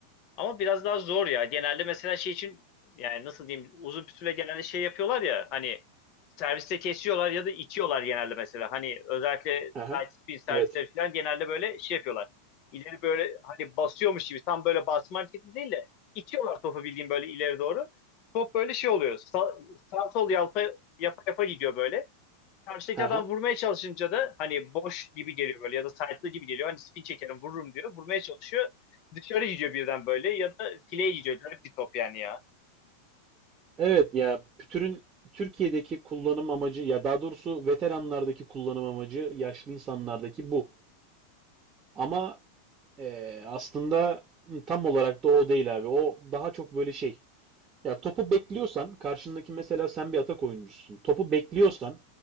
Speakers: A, on the left (about 40°); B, on the right (about 25°).
A: Ama biraz daha zor ya. Genelde mesela şey için yani nasıl diyeyim uzun pütüle genelde şey yapıyorlar ya hani serviste kesiyorlar ya da itiyorlar genelde mesela. Hani özellikle
B: Aha.
A: side spin servisleri
B: Evet.
A: falan genelde böyle şey yapıyorlar. İleri böyle hani basıyormuş gibi tam böyle basma hareketi değil de itiyorlar topu bildiğin böyle ileri doğru. Top böyle şey oluyor. Sa sağ sol yalpa yapa yapa gidiyor böyle. karşıdaki
B: Aha.
A: adam vurmaya çalışınca da hani boş gibi geliyor böyle ya da side'lı gibi geliyor. Hani spin çekerim vururum diyor. Vurmaya çalışıyor. Dışarı gidiyor birden böyle ya da fileye gidiyor. Garip bir top yani ya.
B: Evet ya pütürün Türkiye'deki kullanım amacı ya daha doğrusu veteranlardaki kullanım amacı yaşlı insanlardaki bu. Ama e, aslında tam olarak da o değil abi. O daha çok böyle şey Ya topu bekliyorsan karşındaki mesela sen bir atak oyuncusun. Topu bekliyorsan